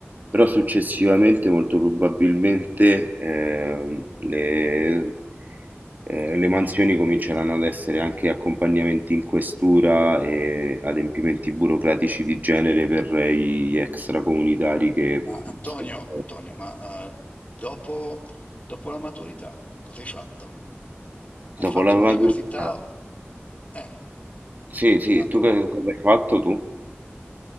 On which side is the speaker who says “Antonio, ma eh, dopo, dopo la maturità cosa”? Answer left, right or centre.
Left